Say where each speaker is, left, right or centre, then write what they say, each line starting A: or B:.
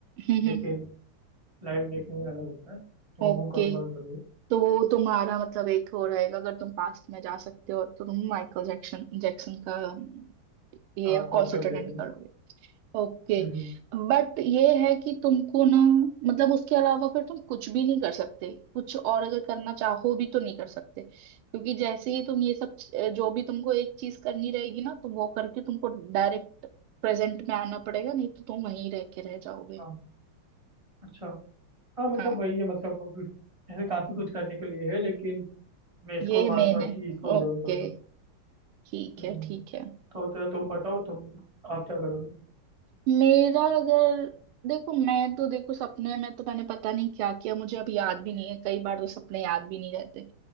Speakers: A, on the right; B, on the right.
A: हम्म
B: लेकिन
A: हम्म
B: लाइव देखने में अलग होता है तो
A: ओके
B: वो करूँगा बने
A: तो वो तुम्हारा मतलब एक हो रहेगा अगर तुम पास्ट में जा सकते हो तो तुम माइकल जैक्सन जैक्सन का अम, ये
B: हाँ कॉन्सर्ट
A: कॉन्सर्ट अटेंड
B: देखेंगे
A: करोगे ओके
B: हम्म हम्म,
A: बट ये है कि तुमको ना मतलब उसके अलावा फिर तुम कुछ भी नहीं कर सकते कुछ और अगर करना चाहो भी तो नहीं कर सकते क्योंकि जैसे ही तुम ये सब च- जो भी तुमको एक चीज करनी रहेगी ना तो वो करके तुमको डायरेक्ट प्रेजेंट में आना पड़ेगा नहीं तो तुम वहीं रह के रह जाओगे
B: हाँ अच्छा हाँ मतलब
A: हाँ
B: वही है मतलब अब ऐसे काफी कुछ करने के लिए है लेकिन मैं इसको
A: ये
B: मानूंगा
A: मेन है
B: कि इसको
A: ओके
B: जरूर करना
A: ठीक
B: हम्म,
A: है ठीक है
B: तो तो तुम बताओ तुम आप क्या करोगे
A: मेरा अगर देखो मैं तो देखो सपने में तो मैंने पता नहीं क्या किया मुझे अब याद भी नहीं है कई बार तो सपने याद भी नहीं रहते